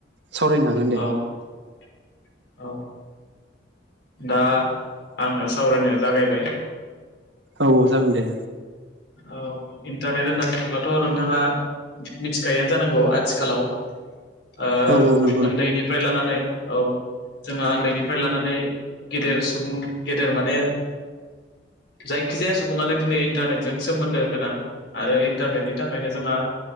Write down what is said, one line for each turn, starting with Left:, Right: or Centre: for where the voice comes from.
Right: सावरायनो हागोन दे
Left: औ <inaudible> औ दा आङो सावरायनायाव जागायबाय
Right: औ औ जागोन दे
Left: औ इन्टारनेट होनना बुङोब्लाथ' नोंथाङा मिथिखायानो जानांगौ आथिखालाव ओ
Right: औ औ नंगौ
Left: उन्दैनि फ्राय लानानै औ जोंहा उन्दैनिफ्राय लानानै गेदेर सुबुं गेदेर माने जायखिजायागौ माने दिनै इन्टारनेट जों सोमोन्दो गोनां आरो इन्टारनेटनि थाखायनो जोंहा